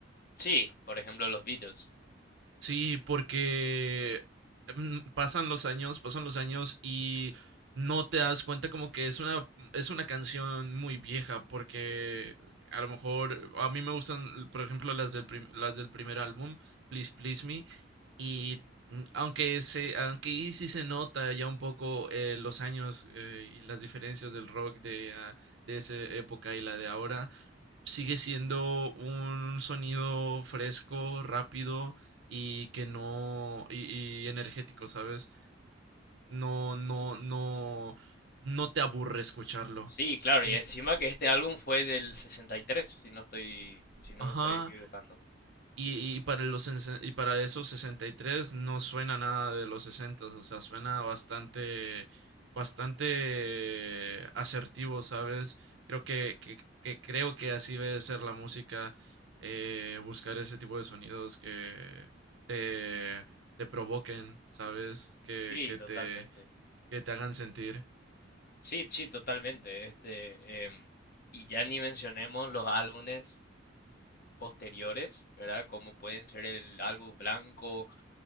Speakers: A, on the left; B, on the right.
A: Sí, por ejemplo los Beatles.
B: Sí, porque mm, pasan los años, pasan los años y no te das cuenta como que es una, es una canción muy vieja, porque a lo mejor a mí me gustan, por ejemplo, las del, prim- las del primer álbum, Please Please Me, y mm, aunque, se, aunque ahí sí se nota ya un poco eh, los años eh, y las diferencias del rock de, ah, de esa época y la de ahora, sigue siendo un sonido fresco, rápido y que no, y, y energético, ¿sabes? No, no, no, no te aburre escucharlo.
A: Sí, claro,
B: En,
A: y encima que este álbum fue del 63, si no estoy, si no
B: ajá,
A: me estoy equivocando.
B: Y, y para los, sesen- y para esos 63 no suena nada de los 60, o sea, suena bastante, bastante asertivo, ¿sabes? Creo que, que- que creo que así debe ser la música, eh, buscar ese tipo de sonidos que te, te provoquen, ¿sabes? Que,
A: Sí,
B: que
A: totalmente.
B: te, que te hagan sentir.
A: Sí, sí, totalmente. Este, em, y ya ni mencionemos los álbumes posteriores, ¿verdad? Como pueden ser el álbum blanco,